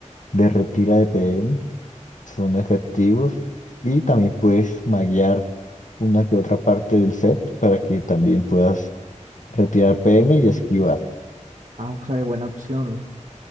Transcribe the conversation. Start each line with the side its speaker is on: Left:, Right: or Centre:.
Left: de retira de PM son efectivos y también puedes maguear una que otra parte del set para que también puedas retirar PM y esquivar.
Right: Ah, sale buena opción.